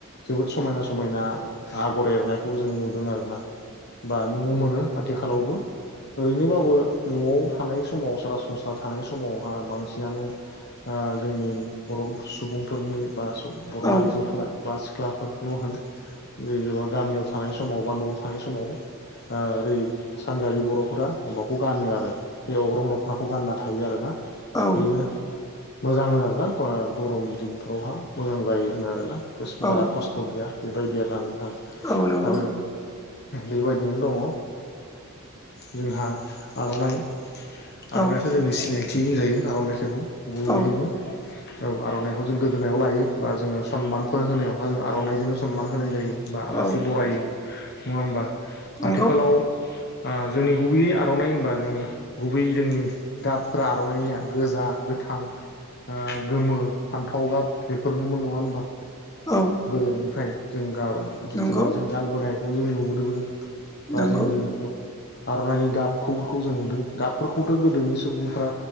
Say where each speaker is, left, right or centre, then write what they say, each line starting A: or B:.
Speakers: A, on the left; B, on the left.
A: जोबोद समायना समायना आगर एरनायखौ जों नुदों आरोना बा नुनो मोनो आथिखालावबो ओरैनोबाबो न'आव थानाय समाव सरासनस्रा थानाय समावहा बांसिनानो जोंनि बर' सुबुंफोरनि बा बर'
B: औ
A: आइजोफोरा बा सिख्लाफोरखौ होन जेनबा गामियाव थानाय समाव बा न'आव थानाय समाव आरै सानजारि बर'फोरा माबाखौ गानो आरो बे अग्रं दख'नाखौ गानना थायो आरो ना बेयो
B: औ
A: मोजांनो आरोना गरम दिनफोरावहा मोजां जायो होनो आरोना खोस
B: औ
A: बारा खस थ गैया बेबायदि आरो ना नोंथां
B: औ नंगौ
A: आरो बेबायदिनो दङ जोंहा ओ आर'नाइ
B: औ
A: आर'नाइयाथ' जोंनि सिनायथि होनजायो आर'नाइसोखौ गुबैयैनो
B: औ
A: औ आर'नाइखौ जों गोदोनायाव लायो बा जोङो सनमानफोर होनायावहा जों आर'नाइजोंनो सनमान होनाय जायो बा आलासि
B: औ
A: बरायो नङा होमबा
B: नंगौ
A: आथिखालाव ओ जोंनि गुबैयै आर'नाइ होनबा जोङो गुबैयै जोंनि गाबफोरा आर'नाइनिया गोजा गोथ थां ओ गोमो फान्थाव गाब बेफोरनोमोन नङा होमबा
B: औ
A: गोदोनिफ्राय जों गा जिथुबा
B: नंगौ
A: जों गानबोनायखौ जों नुबोदोबोदों बा
B: नंगौ
A: जोंनि आर'नाइनि गाबखौखौ जों नुदों गाबफोरखौथ' गोदोनि सुबुंफ्रा